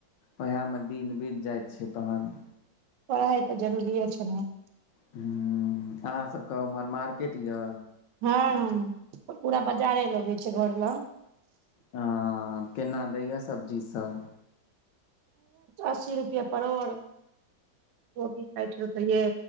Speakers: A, on the left; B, on the right.
A: ओएहे मे दिन बीत जाइत छै तखन।
B: पढ़ाइ तऽ जरूरीे छै ने।
A: हुँ अहाँ सबके उमहर मार्केट ये।
B: हाँ हाँ पूरा बाजारे लगै छैय घर लग।
A: हाँ केना दइए सब्जी सब।
B: अस्सी रुपए परोर कोबी साठि रुपैए।